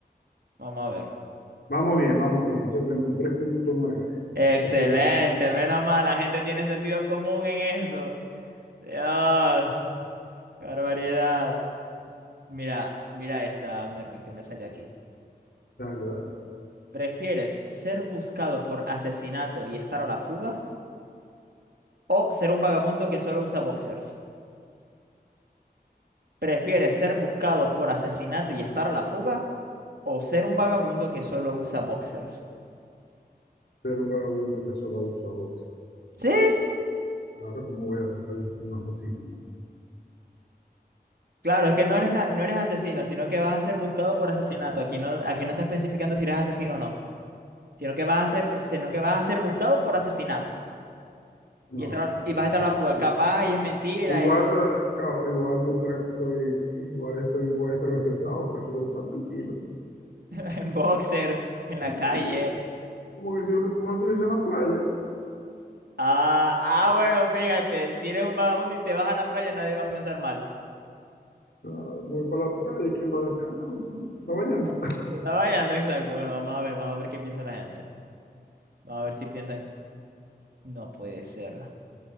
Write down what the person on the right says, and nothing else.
vamos a ver,
excelente,
menos mal, la gente tiene sentido común en eso, Dios, qué barbaridad, mira, mira esta, Mervin, que me salió aquí.
¿Prefieres ser buscado por asesinato y estar a la fuga? ¿O ser un vagabundo que solo usa boxers? ¿Prefieres ser buscado por asesinato y estar a la fuga? ¿O ser un vagabundo que solo usa boxers?
Sí,
claro, es que no eres, a- no eres asesino, sino que vas a ser buscado por asesinato. Aquí no, aquí no está especificando si eres asesino o no, sino que vas a ser, sino que vas a ser buscado por asesinato
y, estar, a-
y vas a estar
a la fuga.
Capaz y es mentira
y no,
<laughs> en boxers, en la
calle.
Ah, ah, bueno, fíjate, si eres un vagabundo y te vas a la playa, nadie va a pensar mal.
Ah, Te está bañando, exacto. Bueno, vamos a ver, vamos a ver qué piensa la gente. Vamos a ver si piensan, no puede ser.